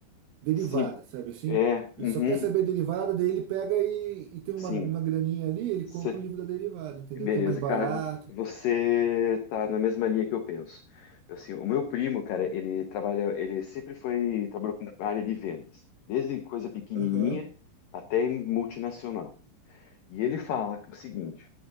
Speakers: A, on the right; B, on the left.
A: derivada,
B: Sim,
A: sabe assim?
B: é.
A: Ele
B: Uhum,
A: só quer saber derivada, daí ele pega e, e tem
B: sim.
A: uma, uma graninha ali, ele
B: Cê-
A: compra o livro da derivada, entendeu?
B: Beleza,
A: Que é mais barato.
B: cara, você tá na mesma linha que eu penso. Eu, Assim, o meu primo, cara, ele trabalha, ele sempre foi, trabalhou com área de vendas, desde coisa pequenininha
A: Aham.
B: até em multinacional. E ele fala o seguinte,